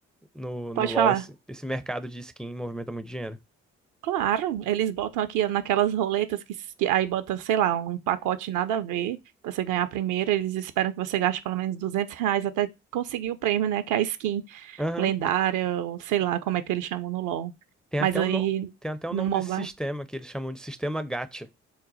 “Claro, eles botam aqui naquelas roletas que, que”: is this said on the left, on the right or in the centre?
Right